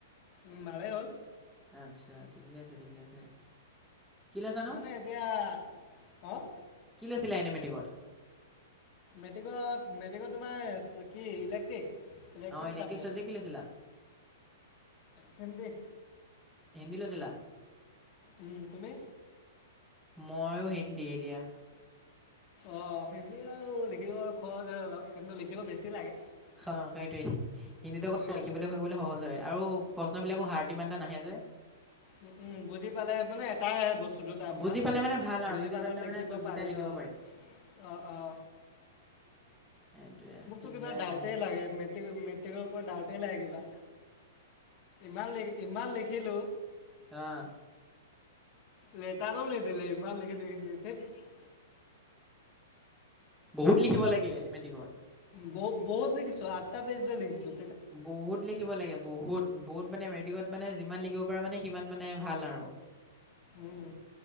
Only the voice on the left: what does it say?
উম ভালেই হ'ল।
মানে এতিয়া। অঁ
মেট্ৰিকত মেট্ৰিকত তোমাৰ কি ইলেক্ট্ৰিক? ইলেক্ট্ৰিক
ছাবজেক্ট
হিন্দী।
উম তুমি?
অ হিন্দী আৰু লিখিব সহজ হয় অলপ। কিন্তু লিখিব বেছি লাগে
এইটোৱে
আৰু
উ উম বুজি পালে মানে এটাইে বস্তু। তাৰ
পৰা।
বুজি পালে লিখিব
পাৰি
অঁ অঁ অ।
মোকতো
কিবা
ডাউটে
লাগে মেট্ৰিক মেট্ৰিকৰ ওপৰত ডাউটে লাগে কিবা। ইমান লিখি ইমান লিখিলো।
লেটাৰো নিদিলে ইমান লিখি লিখি লিখি থেত।
ব বত লিখিছোঁ। আঠটা পেজলৈ লিখিছোঁ।
উম